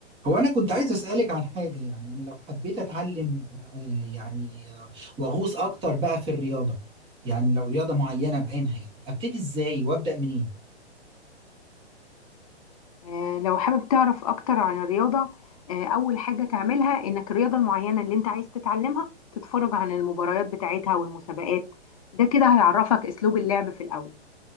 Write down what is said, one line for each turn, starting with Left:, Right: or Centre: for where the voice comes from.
Right: هو أنا كنت عايز أسألك عن حاجة يعني أنا لو حبيت أتعلم آه، يعني آه، وأغوص أكتر بقى في الرياضة يعني لو رياضة معينة بعينها يعني أبتدي إزاي وأبدأ منين؟
Left: آه، لو حابب تعرف أكتر عن الرياضة آه، أول حاجة تعملها إنك الرياضة المعينة اللي أنت عايز تتعلمها تتفرج عن المباريات بتاعتها والمسابقات ده كده هيعرفك أسلوب اللعب في الأول